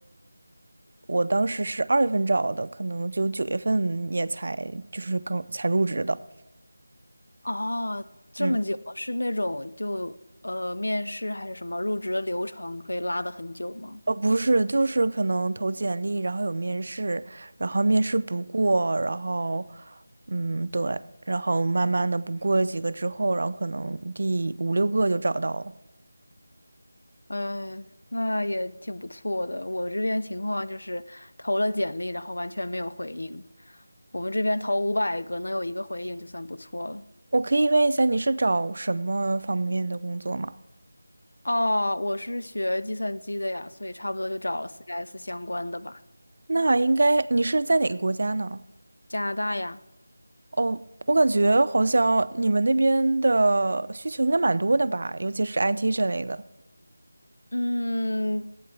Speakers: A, on the right (about 55°); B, on the left (about 70°).
A: 我当时是二月份找的，可能就九月份也才就是刚才入职的。
B: 哦，这么久，
A: 嗯，
B: 是那种就呃面试还是什么入职的流程可以拉的很久吗？
A: 呃，不是，就是可能投简历，然后有面试，然后面试不过，然后嗯，对，然后慢慢的不过了几个之后，然后可能第五六个就找到了。
B: 嗯，那也挺不错的。我这边情况就是投了简历，然后完全没有回应。我们这边投五百个，能有一个回应就算不错了。
A: 我可以问一下，你是找什么方面的工作吗？
B: 哦，我是学计算机的呀，所以差不多就找了 CS 相关的吧。
A: 那应该你是在哪个国家呢？
B: 加拿大呀，
A: 哦，我感觉好像你们那边的需求应该蛮多的吧，尤其是 IT 这类的。
B: 嗯，